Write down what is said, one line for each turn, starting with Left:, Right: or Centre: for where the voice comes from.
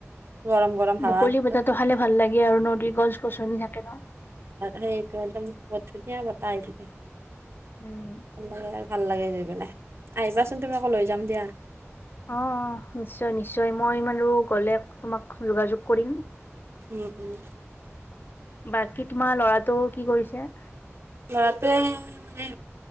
Right: গৰম গৰম হাৱাটো
Left: মুকলি বতাহটো খালে ভাল লাগে আৰু নদীৰ গছ বছনি থাকে ন।
Right: সেইটো একদম বহুত ধুনীয়া বতাহ আহি থাকে।
Left: উম,
Right: ভাল লাগে আৰু ভাল লাগে গৈ পেলাই আহিবাচোন তুমি আকৌ লৈ যাম দিয়া।
Left: অ নিশ্চয় নিশ্চয়, মই মানো গলে তোমাক যোগাযোগ কৰিম।
Right: উম উম
Left: বাকী তোমাৰ ল'ৰাটো কি কৰিছে?
Right: লৰাটোৱে মানে